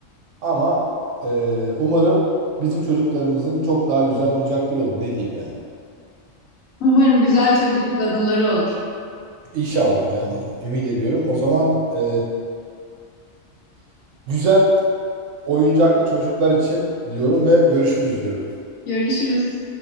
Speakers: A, on the right (about 70°); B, on the left (about 80°).
A: Ama e, umarım bizim çocuklarımızın çok daha güzel oyuncakları olur. Ne diyeyim yani?
B: Umarım güzel çocukluk anıları olur.
A: İnşallah yani ümit ediyorum. O zaman e, <laughs> güzel oyuncaklı çocuklar için diyorum ve görüşürüz diyorum.
B: Görüşürüz.